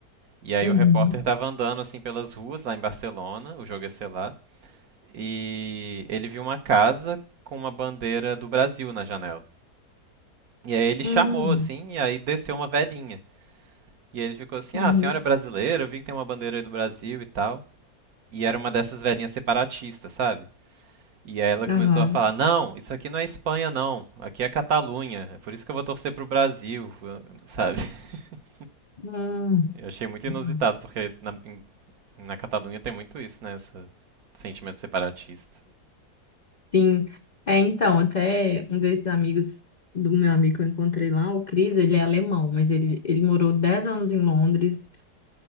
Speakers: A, on the right; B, on the left.
A: E aí
B: Uhum.
A: o repórter tava andando, assim, pelas ruas lá em Barcelona, o jogo ia ser lá e ele viu uma casa com uma bandeira do Brasil na janela. E aí ele
B: Hum.
A: chamou assim, e aí desceu uma velhinha. E ele ficou assim:
B: Uhum.
A: "Ah, a senhora é brasileira, eu vi que tem uma bandeira aí do Brasil e tal". E era uma dessas velhinhas separatistas, sabe? E aí ela começou
B: Aham.
A: a falar: "Não, isso aqui não é Espanha não, aqui é Catalunha. É por isso que eu vou torcer pro Brasil", sabe? <laughs>
B: Hum.
A: Eu achei muito inusitado,
B: Hum.
A: porque na, na Catalunha tem muito isso, né? Esse sentimento separatista.
B: Sim. É, então, até um desses amigos do meu amigo que eu encontrei lá, o Cris, ele é alemão, mas ele, ele morou 10 anos em Londres